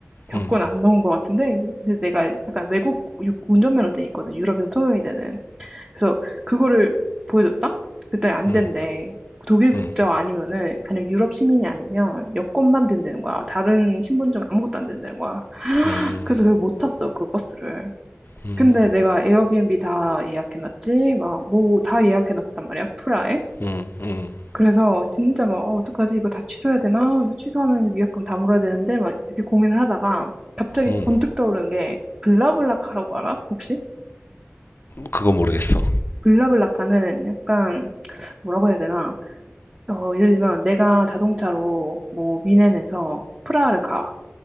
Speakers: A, on the right (about 25°); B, on the left (about 55°).
A: 여권
B: 음,
A: 안 넣은 것 같은데, 근데 내가 약간 외국 유- 운전면허증이 있거든, 유럽에서 통용이 되는. 그래서 그거를 보여줬다? 그때 안
B: 음,
A: 된대. 독일 국적
B: 음, 음,
A: 아니면은, 아니면 유럽 시민이 아니면 여권만 된다는 거야. 다른 신분증 아무것도 안 된다는 거야.
B: 음,
A: 그래서 결국 못 탔어, 그 버스를.
B: 음,
A: 근데 내가 에어비앤비 다 예약해놨지, 막, 뭐, 다 예약해놨단 말이야, 프라에.
B: 음, 음, 음,
A: 그래서 진짜 막, 어, 어떡하지, 이거 다 취소해야 되나? 근데 취소하면 위약금 다 물어야 되는데, 막, 이렇게 고민을 하다가, 갑자기
B: 음.
A: 번뜩 떠오르는 게, 블라블라카라고 알아? 혹시?
B: 그거 모르겠어.
A: 블라블라카는 약간, 뭐라고 해야 되나? 어, 예를 들면, 내가 자동차로, 뭐, 미넨에서 프라하를 가.